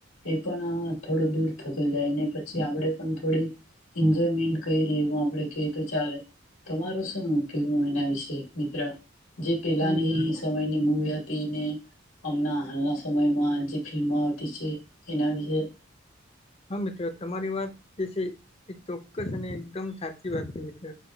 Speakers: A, on the left; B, on the left.
A: એ પણ આ થોડો દૂર થતો જાય ને પછી આપણેે પણ થોડી એન્જોયમેન્ટ કંઈ રહી એવું આપડે કહી તો ચાલે. તમારું શું <unintelligible> એના વિશે મિત્ર? જે પહેલાની
B: હા મિત્ર
A: સમયની મૂવી હતી ઈ ને, અમના હાલના સ સમયમાં જે ફિલ્મો આવતી છે એના વિશેે?
B: હા મિત્ર. તમારી વાત જે છે એ ચોક્કસ અને એકદમ સાચી વાત છે મિત્ર.